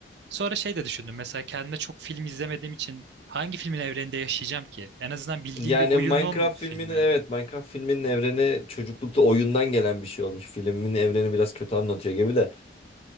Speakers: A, on the right; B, on the left.
A: sonra şey de düşündüm mesela kendime çok film izlemediğim için hangi filmin evreninde yaşayacağım ki? En azından bildiğim
B: Yani
A: bir oyunun
B: Minecraft filminin
A: filmi.
B: evet Minecraft filminin evreni çocuklukta oyundan gelen bir şey olmuş. Filmin evreni biraz kötü anlatıyor gibi de.